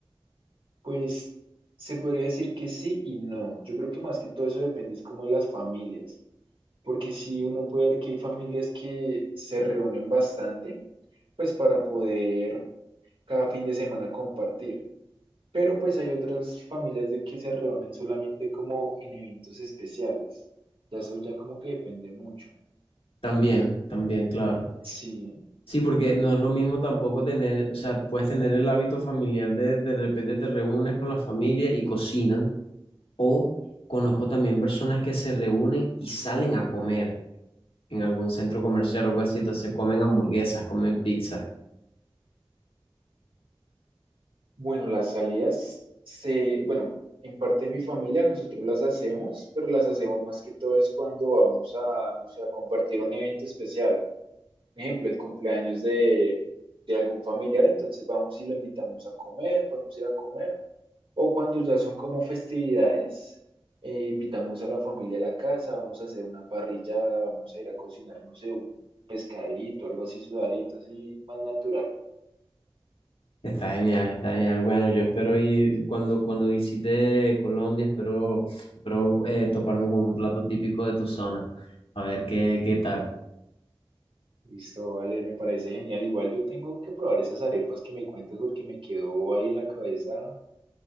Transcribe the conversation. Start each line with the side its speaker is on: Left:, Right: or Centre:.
Right: pues se podría decir que sí y no. Yo creo que más que todo eso depende es como de las familias, porque si uno puede ver que hay familias que se reúnen bastante, pues para poder cada fin de semana compartir. Pero pues hay otras familias de que se reúnen solamente como en eventos especiales. Ya eso ya como que depende mucho.
Left: También, también, claro.
Right: Sí.
Left: Sí, porque no es lo mismo tampoco tener, o sea, puedes tener el hábito familiar de de repente te reúnes con la familia y cocinan, o conozco también personas que se reúnen y salen a comer en algún centro comercial o algo así, entonces comen hamburguesas, comen pizza.
Right: Bueno, las salidas se, bueno, en parte de mi familia nosotros las hacemos, pero las hacemos más que todo es cuando vamos a, no sé, a compartir un evento especial. Ejemplo, el cumpleaños de, de algún familiar, entonces vamos y lo invitamos a comer, podemos ir a comer O cuando ya son como festividades, eh, invitamos a la familia a la casa, vamos a hacer una parrillada, vamos a ir a cocinar, no sé, un pescadito, algo así sudadito, así más natural.
Left: Está genial, está genial. Bueno, yo espero ir cuando, cuando visite Colombia, espero, espero eh, toparme con un plato típico de tu zona, a ver qué, qué tal.
Right: Listo, vale, me parece genial. Igual yo tengo que probar esas arepas que me cuentas porque me quedó ahí en la cabeza